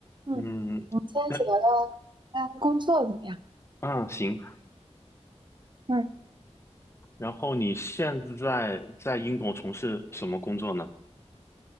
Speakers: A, on the right (about 40°); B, on the left (about 20°).
A: 嗯，
B: 嗯，
A: 我们今天一起聊聊大家工作怎么样？
B: 那啊行。
A: 嗯，
B: 然后你现在在英国从事什么工作呢？